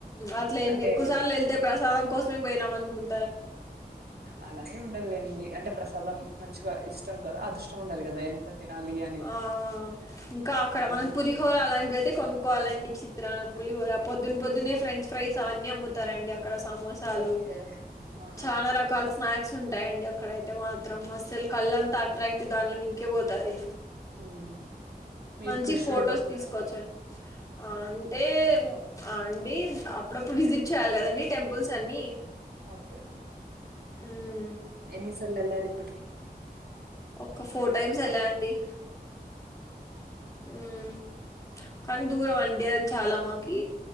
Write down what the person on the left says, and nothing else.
అట్లా
ఎన్ని
ఎక్కువసార్లు యెళ్తే ప్రసాదం కోసం బోయినామనుకుం
ఆ
ఇంకా అక్కడ
మనం పులిహోర అలాంటివి అయితే కొను కోవాలండి చిత్రానం పులిహోర పొద్దున్న పొద్దున్నే ఫ్రంచ్ ఫ్రైస్ అవన్నీ అమ్ముతారండి అక్కడ సమోసాలు
చాలా రకాల స్నాక్స్ ఉంటాయండి అక్కడైతే మాత్రం అసలు కళ్ళంతా అట్రాక్ట్ దానిలో మీదికే పోతది
మంచిగ
ఫొటోస్
తీసుకోవచ్చు అంటే అండి అప్పుడప్పుడు విజిట్ చేయాలి గదండి టెంపుల్స్ అన్ని
మ్మ్
ఒక ఫోర్ టైమ్స్ యెళ్ళా అండి ఉమ్ కానీ దూరం అండి అది చాలా మాకి